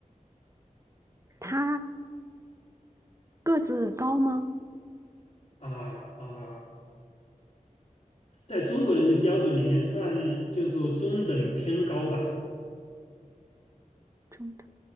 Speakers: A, on the right (about 20°); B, on the left (about 45°).
A: 他个子高吗？
B: 啊啊，在中国人的标准里面算，就说中等偏高吧，
A: 中等。